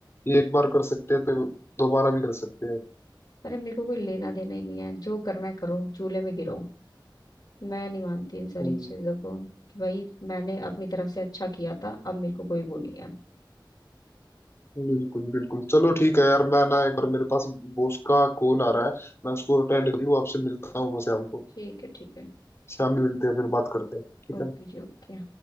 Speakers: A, on the left; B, on the left.
A: ये एक बार कर सकते हैं तो दोबारा भी कर सकते हैं
B: अरे मेरे को कोई लेना देना ही नहीं है जो करना है करो चूल्हे में गिरो मैं नहीं मानती इन सारी
A: हम्म
B: चीजों को कि भाई मैंने अपनी तरफ से अच्छा किया था अब मेरे को कोई वो नहीं है
A: बिल्कुल बिल्कुल चलो ठीक है यार मैं ना एक बार मेरे पास बॉस का कॉल आ रहा है मैं उसको अटेंड कर लूँ आपसे मिलता हूँ मैं शाम को
B: ठीक है ठीक है
A: शाम में मिलते हैं फिर बात करते हैं ठीक
B: ओके
A: है ना?
B: जी ओके